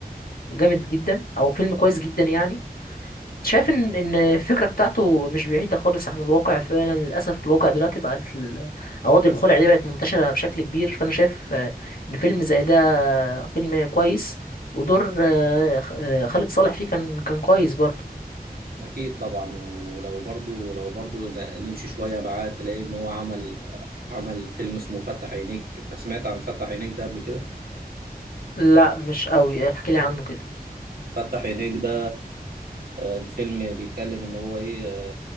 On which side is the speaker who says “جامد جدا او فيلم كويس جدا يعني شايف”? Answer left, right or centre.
Left